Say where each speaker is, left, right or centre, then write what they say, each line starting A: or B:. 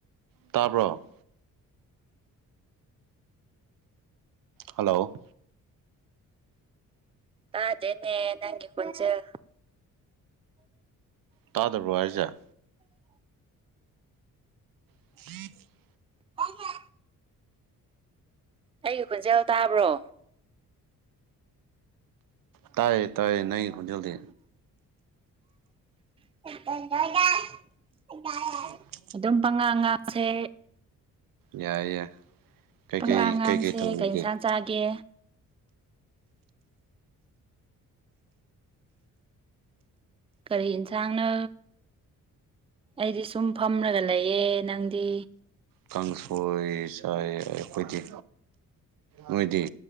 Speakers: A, on the right; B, on the right.
A: ꯇꯥꯕ꯭ꯔꯣ ꯍꯜꯂꯣ
B: ꯇꯥꯗꯦꯅ ꯅꯪꯒꯤ ꯈꯣꯟꯖꯦꯜ
A: ꯇꯥꯗꯕ꯭ꯔꯣ ꯍꯥꯏꯔꯤꯁꯦ <inaudible>
B: <unintelligible> ꯑꯩꯒꯤ ꯈꯣꯟꯖꯦꯜ ꯇꯥꯕ꯭ꯔꯣ
A: ꯇꯥꯏꯌꯦ ꯇꯥꯏꯌꯦ ꯅꯪꯒꯤ ꯈꯣꯟꯖꯦꯜꯗꯤ
B: <unintelligible>
A: <inaudible>
B: ꯑꯗꯨꯝ ꯄꯥꯉꯥ ꯉꯥꯛꯁꯦ
A: ꯌꯥꯏ ꯌꯥꯏ ꯀꯩꯀꯩ
B: ꯄꯉꯥꯡꯉꯥꯡꯁꯦ
A: ꯀꯩꯀꯩ ꯇꯧꯔꯤꯒꯦ
B: ꯀꯩ ꯌꯦꯟꯁꯥꯡ ꯆꯥꯒꯦ ꯀꯔꯤ ꯌꯦꯟꯁꯥꯡꯅꯣ ꯑꯩꯗꯤ ꯁꯨꯝ ꯐꯝꯔꯒ ꯂꯩꯌꯦ ꯅꯪꯗꯤ
A: ꯀꯥꯡꯁꯣꯏ ꯆꯥꯏ ꯑꯩꯈꯣꯏꯗꯤ ꯅꯣꯏꯗꯤ